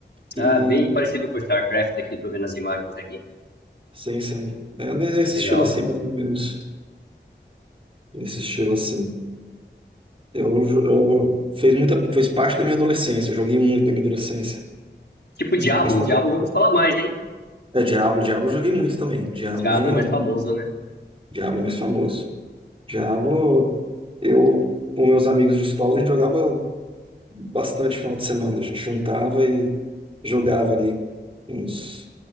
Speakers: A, on the right; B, on the left.
A: E
B: Ah, bem parecido com StarCraft aqui, tô vendo as imagens aqui.
A: sim, sim. É nesse
B: Legal.
A: estilo assim, mais ou menos. Nesse estilo assim. Eu, jo- eu fez muita, fez parte da minha adolescência. Eu joguei muito na minha adolescência.
B: Tipo Diablo,
A: Mas também.
B: Diablo eu já ouvi falar mais, hein?
A: É Diablo, Diablo eu joguei muito também. Diablo
B: O Diablo
A: eu joguei
B: é mais
A: muito.
B: famoso, né?
A: Diablo é mais famoso. Diablo, eu com meus amigos de escola, a gente jogava bastante final de semana. A gente juntava e jogava ali uns